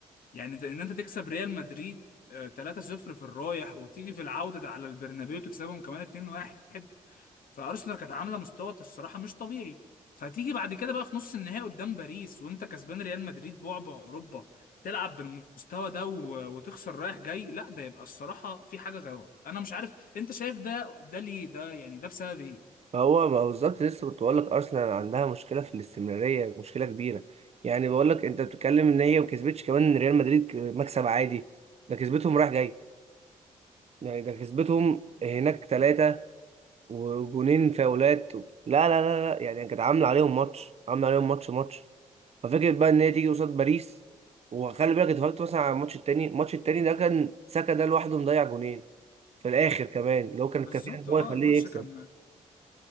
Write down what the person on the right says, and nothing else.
فهو ما هو بالظبط لسه كنت بقول لك ارسنال عندها مشكلة في الاستمرارية مشكلة كبيرة يعني بقول لك انت بتتكلم ان هي ما كسبتش كمان ريال مدريد ك- مكسب عادي ده كسبتهم رايح جاي يعني ده كسبتهم هناك ثلاثة وجونين فاولات و... لا لا لا لا يعني كانت عامله عليهم ماتش عامله عليهم ماتش ماتش ففكرة بقى ان هي تيجي قصاد باريس وخلي بالك اتفرجت مثلا على الماتش التاني الماتش التاني ده كان ساكا ده لوحده مضيع جونين في الاخر كمان اللي هو كان
كفيل ان هو
يخليه
يكسب